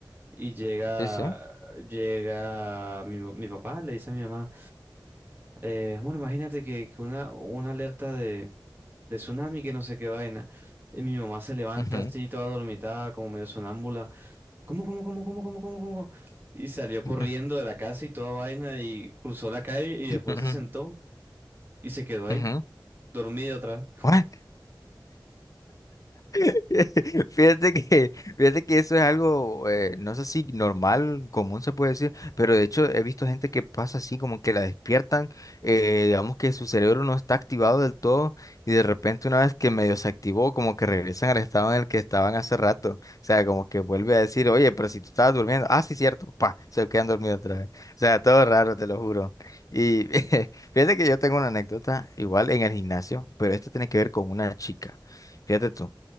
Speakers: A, on the right (about 25°); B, on the left (about 45°).
A: Y llega,
B: Sí, sí.
A: llega mi, mi papá, le dice a mi mamá, eh, amor, imagínate que, que una, una alerta de, de tsunami, que no sé qué vaina. Y mi mamá se levanta
B: ujú,
A: así, toda dormitada, como medio sonámbula. ¿Cómo, cómo, cómo, cómo, cómo, cómo, cómo? cómo? Y salió corriendo
B: <laughs>
A: de la casa y toda vaina y cruzó la calle y
B: ujú,
A: después se
B: ujú,
A: sentó y se quedó ahí,
B: ujú.
A: dormida otra
B: What? <laughs> Fíjate que, fíjate que eso es algo, eh, no sé si normal, común se puede decir, pero de hecho he visto gente que pasa así, como que la despiertan, eh, digamos que su cerebro no está activado del todo y de repente una vez que medio se activó, como que regresan al estado en el que estaban hace rato, o sea, como que vuelve a decir, oye, pero si tú estabas durmiendo, ah, sí, cierto, pa, se quedan dormidos otra vez, o sea, todo raro, te lo juro. Y <laughs> fíjate que yo tengo una anécdota igual en el gimnasio, pero esto tiene que ver con una chica, fíjate tú.